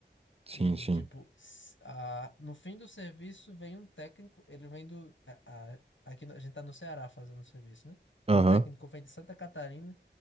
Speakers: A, on the right; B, on the left.
A: Sim,
B: E,
A: sim.
B: tipo, s- a, no fim do serviço vem um técnico, ele vem do. A, a- aqui no- a gente tá no Ceará fazendo o serviço, né? Então
A: Aham.
B: o técnico vem de Santa Catarina,